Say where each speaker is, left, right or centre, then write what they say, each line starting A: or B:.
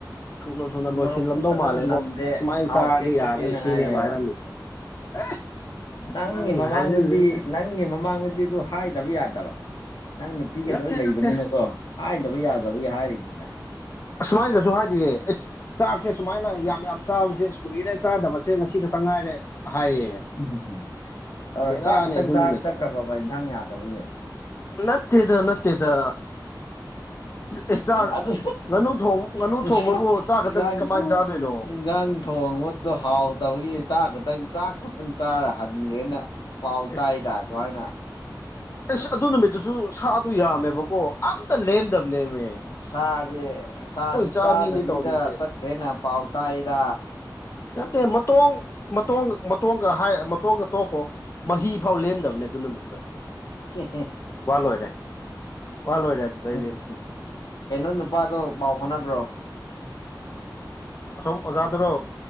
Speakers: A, on the left (about 35°); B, on the left (about 70°).
A: ꯊꯨꯅ ꯊꯨꯅ
B: ꯊꯨꯝ
A: ꯂꯣꯏꯁꯤꯜꯂꯝꯗꯧ
B: ꯃꯣꯔꯣꯛꯁꯨ ꯐꯖꯅ
A: ꯃꯥꯜꯂꯦꯕꯣ
B: ꯅꯝꯗꯦ
A: ꯁꯨꯃꯥꯏꯅ
B: ꯍꯥꯎꯇꯦ
A: ꯆꯥꯔꯗꯤ
B: ꯈꯣꯠꯇꯦꯅ
A: ꯌꯥꯔꯣꯏ ꯁꯤꯅꯦꯕ
B: ꯍꯥꯏꯌꯦꯕ
A: ꯍꯥꯏꯔꯝꯃꯤꯁꯦ ꯑꯦ
B: ꯅꯪꯒꯤ
A: ꯅꯪ
B: ꯃꯃꯥꯡꯗꯗꯤ
A: ꯍꯥꯏꯖꯤꯜꯂꯤꯅꯦ
B: ꯅꯪ ꯅꯪꯒꯤ ꯃꯃꯥꯡꯗꯗꯤ ꯑꯗꯨ ꯍꯥꯏꯗꯕ ꯌꯥꯗꯕ ꯅꯪ ꯅꯨꯄꯤꯒ
A: ꯅꯠꯇꯦ
B: ꯂꯣꯏ ꯂꯩꯕꯅꯤꯅꯀꯣ
A: ꯅꯠꯇꯦ
B: ꯍꯥꯏꯗꯕ ꯌꯥꯗꯕꯒꯤ ꯍꯥꯏꯔꯤꯅꯤꯅꯦ
A: ꯑꯁꯨꯃꯥꯏꯅꯁꯨ ꯍꯥꯏꯔꯤꯑꯦ ꯏꯁ ꯆꯥꯛꯁꯦ ꯁꯨꯃꯥꯏꯅ ꯌꯥꯝ ꯌꯥꯝ ꯆꯥꯕꯁꯦ ꯏꯁ ꯀꯨꯕꯤꯅ ꯆꯥꯗꯕꯁꯦ ꯉꯁꯤ ꯈꯛꯇ ꯉꯥꯏꯔꯦ ꯍꯥꯏꯌꯦ
B: ꯎꯝꯝ
A: ꯕꯦꯔꯥꯅꯦ
B: ꯑ ꯆꯥꯛ ꯈꯛꯇꯪ
A: ꯑꯗꯨ
B: ꯆꯥꯛ
A: ꯅꯨꯃꯤꯠꯇꯣ
B: ꯆꯠꯈ꯭ꯔꯕꯕ ꯏꯟꯁꯥꯡ ꯌꯥꯗꯕꯒꯤ
A: ꯅꯠꯇꯦꯗ ꯅꯠꯇꯦꯗ ꯑꯦꯁꯇꯥ
B: ꯑꯗꯨ
A: ꯉꯥꯅꯨ ꯊꯣꯡ ꯉꯥꯅꯨ
B: ꯏꯟꯁꯥꯡ
A: ꯊꯣꯡꯕꯕꯨ ꯆꯥ ꯈꯛꯇꯪ
B: ꯏꯟꯖꯥꯡ
A: ꯀꯃꯥꯏꯅ
B: ꯊꯣꯡ
A: ꯆꯥꯗꯣꯏꯅꯣ
B: ꯏꯟꯖꯥꯡ ꯊꯣꯡꯕꯗꯣ ꯍꯥꯎꯇꯕꯒꯤ ꯆꯥꯛ ꯈꯛꯇꯪ ꯆꯥꯛ ꯈꯛꯇꯪ ꯆꯥꯔ ꯍꯟꯈ꯭ꯔꯦꯅ ꯄꯥꯎ
A: ꯏꯁ
B: ꯇꯥꯏꯗ ꯑꯗꯨꯥꯏꯅ
A: ꯑꯁ ꯑꯗꯨ ꯅꯨꯃꯤꯠꯇꯨꯁꯨ ꯁꯥ ꯑꯗꯨ ꯌꯥꯝꯃꯦꯕꯀꯣ ꯑꯝꯇ ꯂꯦꯝꯗꯕꯅꯦꯕ
B: ꯁꯥꯁꯦ ꯁꯥꯁꯦ
A: ꯆꯥꯕꯤꯅꯦ
B: ꯆꯥꯗꯕꯤꯗ
A: ꯇꯧꯔꯤꯁꯦ
B: ꯆꯠꯈ꯭ꯔꯦꯅ ꯄꯥꯎ ꯇꯥꯛꯗ
A: ꯅꯠꯇꯦ ꯃꯇꯣꯡ ꯃꯇꯣꯡ ꯃꯇꯣꯟꯒ ꯍꯥꯏ ꯃꯇꯣꯟꯒ ꯇꯣꯛꯈꯣ ꯃꯍꯤ ꯐꯥꯎ ꯂꯦꯝꯗꯕꯅꯦ ꯑꯗꯨ ꯅꯨꯃꯤꯠꯇꯣ
B: ꯍꯨꯡ
A: ꯋꯥ ꯂꯣꯏꯔꯦ ꯋꯥ ꯂꯣꯏꯔꯦ ꯑꯗꯨꯗꯩꯗꯤ
B: ꯍꯨꯪ ꯀꯩꯅꯣ ꯅꯨꯄꯥꯗꯣ ꯄꯥꯎ ꯐꯥꯎꯅꯕ꯭ꯔꯣ
A: ꯑꯁꯣꯝ ꯑꯣꯖꯥꯗꯨꯔꯣ